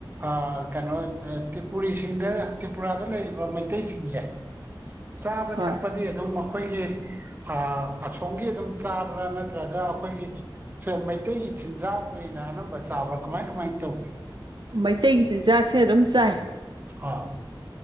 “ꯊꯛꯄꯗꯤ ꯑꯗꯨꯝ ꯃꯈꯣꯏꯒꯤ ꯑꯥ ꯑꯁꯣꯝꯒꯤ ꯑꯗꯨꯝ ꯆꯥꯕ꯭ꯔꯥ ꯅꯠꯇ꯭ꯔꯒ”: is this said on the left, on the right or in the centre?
Right